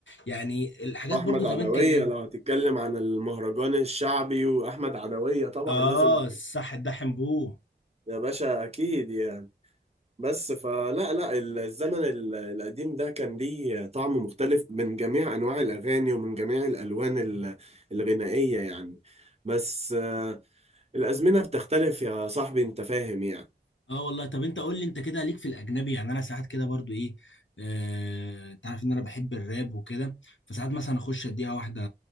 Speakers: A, on the left (about 85°); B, on the right (about 35°).
A: يعني الحاجات
B: وأحمد
A: برضو زمان
B: عدوية
A: كان ايه
B: لو هتتكلم عن المهرجان الشعبي وأحمد عدوية طبعا
A: اه
B: لازم
A: صح ده حنبوه
B: يا باشا أكيد يعني بس فلا لا ال- الزمن ال- القديم ده كان ليه طعم مختلف من جميع أنواع الأغاني ومن جميع الألوان ال- الغنائية يعني بس آه، الأزمنة بتختلف يا صاحبي أنت فاهم يعني
A: اه والله طب انت قول لي انت كده ليك في الاجنبي يعني انا ساعات كده برضو ايه آه، انت عارف ان انا بحب الراب وكده فساعات مثلا اخش اديها واحده